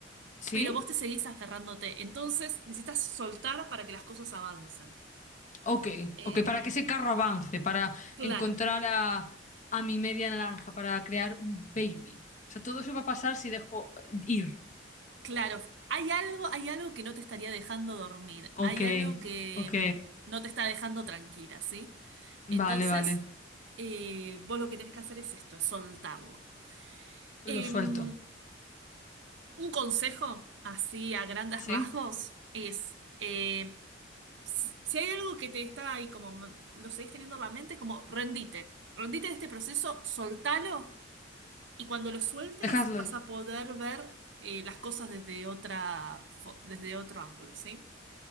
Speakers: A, on the left; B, on the right.
A: sí,
B: pero vos te seguís aferrándote. Entonces necesitas soltar para que las cosas avancen.
A: ok,
B: Em,
A: ok, para que ese carro avance, para
B: claro.
A: encontrar a, a mi media naranja, para crear un baby. O sea, todo eso va a pasar si dejo ir.
B: Claro, hay algo, hay algo que no te estaría dejando dormir,
A: Ok,
B: hay algo que
A: ok,
B: mm, no te está dejando tranquila, ¿sí? Entonces,
A: vale, vale,
B: eh, vos lo que tenés que hacer es esto, es soltarlo.
A: lo
B: Em,
A: suelto,
B: un consejo, así a grandes
A: ¿sí?
B: rasgos, es eh, si, si hay algo que te está ahí como mm, lo seguís teniendo en la mente, como rendite, rendite de este proceso, soltalo y cuando lo sueltes,
A: Dejadlo
B: vas
A: ir.
B: a poder ver eh, las cosas desde otra, fo- desde otro ángulo, ¿sí?